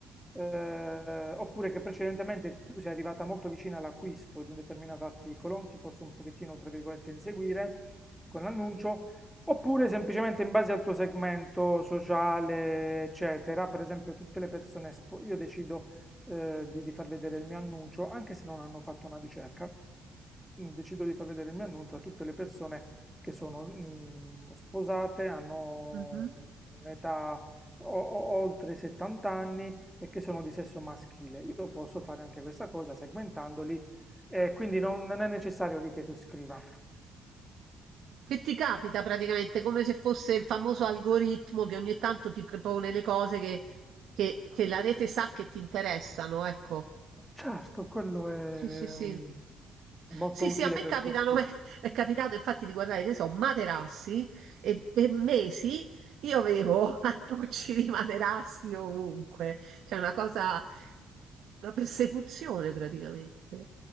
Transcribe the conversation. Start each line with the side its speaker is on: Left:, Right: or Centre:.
Centre: eh, oppure che precedentemente tu sei arrivata molto vicina all'acquisto di un determinato articolo, ti posso un pochettino, tra virgolette, inseguire con l'annuncio, oppure semplicemente in base al tuo segmento sociale, eccetera. Per esempio, tutte le persone, espo- io decido eh, di, di far vedere il mio annuncio, anche se non hanno fatto una ricerca mm, decido di far vedere il mio annuncio a tutte le persone che sono mm, sposate, hanno
Right: Mhm.
Centre: un'età o- o- oltre i 70 anni e che sono di sesso maschile. Io posso fare anche questa cosa segmentandoli, eh, quindi non, non è necessario lì che tu scriva.
Right: Che ti capita praticamente come se fosse il famoso algoritmo che ogni tanto ti propone le cose che, che- che la rete sa che ti interessano, ecco.
Centre: Certo, quello è
Right: Sì, sì, sì.
Centre: mm, molto
Right: Sì,
Centre: utile
Right: sì, a me
Centre: per
Right: capitano,
Centre: tutti.
Right: <laughs> è capitato infatti di guardare, che ne so, materassi e per mesi io avevo <laughs> annunci di materassi ovunque, cioè una cosa, una persecuzione praticamente.